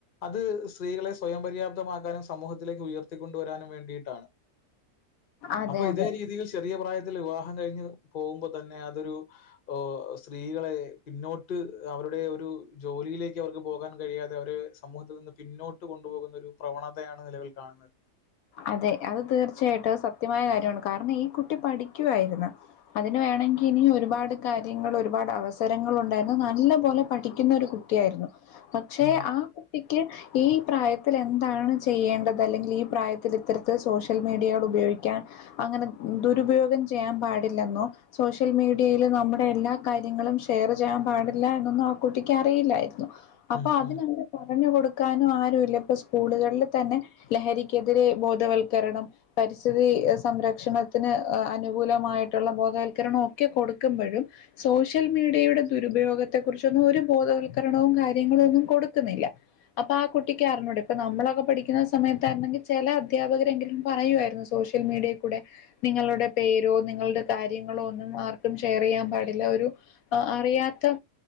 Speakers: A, on the left; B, on the left.
A: അത് സ്ത്രീകളെ സ്വയം പര്യാപ്ത്തമാക്കാനും സമൂഹത്തിലേക് ഉയർത്തിക്കൊണ്ടവരാനും വേണ്ടിട്ടാണ്
B: അതെ
A: അപ്പൊ ഇതേ
B: അതെ
A: രീതിയിൽ ചെറിയ പ്രായത്തിൽ വിവാഹം കഴിഞ്ഞ് പോവുമ്പോ തന്നെ അതൊരു ഓ സ്ത്രീകളെ പിന്നോട്ട് അവരുടെ ഒരു ജോലിയിലേക്ക് അവർക്ക് പോകാൻ കഴിയാതെ അവരെ സമൂഹത്തിൽ നിന്ന് പിന്നോട്ട് കൊണ്ടുപോകുന്ന ഒരു പ്രവണതയാണ് നിലവിൽ കാണ്ന്നത്
B: അതെ അഹ് തീർച്ചായിട്ടും അഹ് സത്യമായ കാര്യാണ് കാരണം ഈ കുട്ടി പഠിക്കുവായിരുന്ന് അതിന് വേണങ്കി ഇനീ ഒര്പാട് കാര്യങ്ങള് ഒരുപാട് അവസരങ്ങളുണ്ടായിരുന്നു നല്ല പോലെ പഠിക്കുന്ന ഒര് കു ട്ടിയായിര്ന്നു പക്ഷെ
A: ഉം,
B: ആ കുട്ടിക്ക് ഈ പ്രായത്തില് എന്താണ് ചെയ്യേണ്ടത് അല്ലെങ്കില് ഈ പ്രായ ത്തില് ഇത്തരത്തില് സോഷ്യൽ മീഡിയകള് ഉപയോഗിക്കാൻ അങ്ങനെ ദുരുപയോഗം ചെയ്യാൻ പാടില്ലെന്നോ സോഷ്യൽ മീഡിയില് നമ്മുടെ എല്ലാ കാര്യങ്ങളും ഷെയറ് ചെയ്യാൻ പാടില്ലാ എന്നൊന്നും ആ കുട്ടിക്ക് അറിയില്ലായിര്ന്നു അപ്പാ
A: ഉം,
B: അതിനങ്ങനേ
A: ഉം.
B: പറഞ്ഞ് കൊട്ക്കാനും ആരുല്ലാ ഇപ്പ സ്കൂളുകളില് തന്നെ ലഹരിക്കെതിരെ ബോധവൽക്കരണം പരിസ്ഥിതി സംരക്ഷണത്തിന് അനുകൂലമായിട്ടുള്ള ബോധവൽക്കരണം ഒക്കെ കൊടുക്ക്മ്പഴും സോഷ്യൽ മീഡിയയുടെ ദുരുപയോഗത്തെ കുറിച്ചൊന്നും ഒര് ബോധവൽക്കരണവും കാര്യങ്ങളും ഒന്നും കൊടുക്ക്ന്നില്ലാ അപ്പാ ആ കുട്ടിക്ക് അറിഞ്ഞൂടെ ഇപ്പാ നമ്മളൊക്കെ പഠിക്ക്ന്നാ സമയത്താര്ന്നെങ്കി ചെല അ അധ്യാപകരെങ്കിലും പറയുവായിരുന്നു സോഷ്യൽ മീഡിയെ കൂടെ നിങ്ങളുടെ പേരോ നിങ്ങളുടെ കാര്യങ്ങളോ ഒന്നും ആർക്കും ഷെയറ്യ്യാൻ പാടില്ലാ ഒരു അ അറിയാത്ത